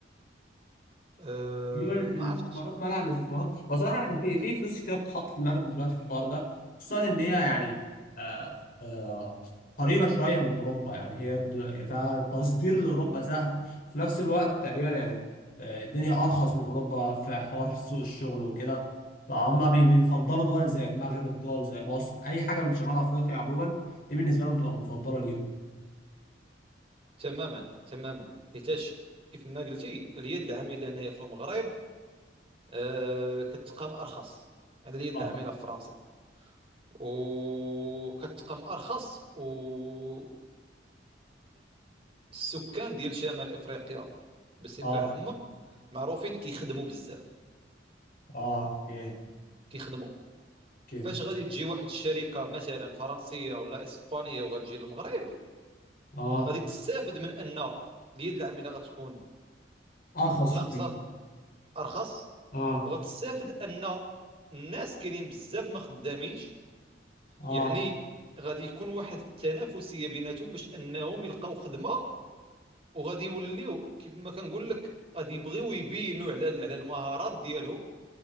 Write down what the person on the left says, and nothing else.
ميول الاستثمارات
منع الاستثمارات هو صراحه يعني في في فلوس كتير بتتحط في المغرب دلوقتي في الحوار ده خصوصا ان هي يعني آه آه قريبه شويه من اوروبا يعني هي د- فالتصدير لاوروبا سهل في نفس الوقت تقريبا يعني آه الدنيا ارخص من اوروبا في حوار سوق الشغل وكده فهم بي- بيفضلوا دول زي المغرب دول زي مصر اي حاجه من شمال افريقيا عموما دي بالنسبه لهم تبقى مفضله ليهم
اه
اه
اه اوكي
كده
اه
ارخص
شويه
اه
اه